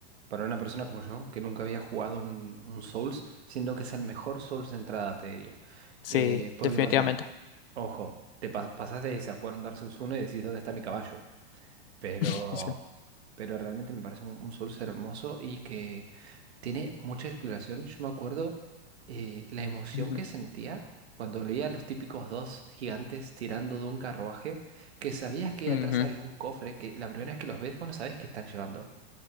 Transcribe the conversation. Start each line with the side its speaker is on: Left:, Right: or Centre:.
Right: para una persona como yo, que nunca había jugado un, un Souls, siento que es el mejor Souls de entrada, te diría.
Left: Sí,
Right: Eh, ¿por
Left: definitivamente.
Right: qué pasa? Ojo, te pa- pasás de ese a jugar un Dark Souls uno y decís, ¿dónde está mi caballo? Pero,
Left: <laughs> Sí.
Right: pero realmente me parece un, un Souls hermoso y que tiene mucha exploración. Yo me acuerdo eh, la emoción
Left: Ujú.
Right: que sentía cuando veía a los típicos dos gigantes tirando de un carruaje, que sabías que
Left: Ujú.
Right: atrás había un cofre, que la primera vez que los ves, vos no sabés qué están llevando.